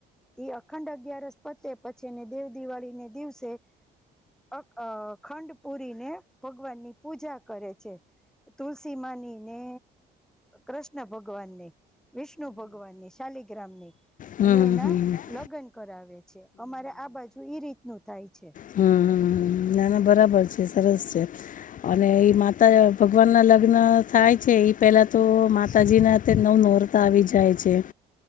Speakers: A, in the centre; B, on the left.
A: એ અખંડ અગિયારસ પતે પછી એને દેવદિવાળીને દિવસે અ અ ખંડ પૂરીને ભગવાન ની પૂજા કરે છે. તુલસીમાની ને કૃષ્ણ ભગવાનને વિષ્ણુ ભગવાનની શાલિગ્રામની
B: હં
A: અને
B: હં
A: એના
B: હં
A: લગ્ન કરાવે છે. છે. અમારે આ બાજુ ઈ રીતનું થાય છે.
B: હમમમ
A: <unintelligible>
B: બરાબર છે. સરસ છે. અને એ માતા ભગવાનના લગ્ન થાય છે એ પહેલાં તો માતાજીના તે નવ નહોરતા આવી જાય છે.